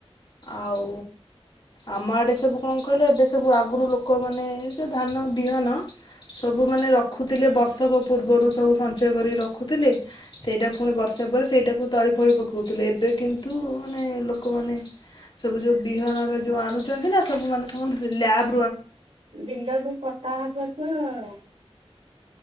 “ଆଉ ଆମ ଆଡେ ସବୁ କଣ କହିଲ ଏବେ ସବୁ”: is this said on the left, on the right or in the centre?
Left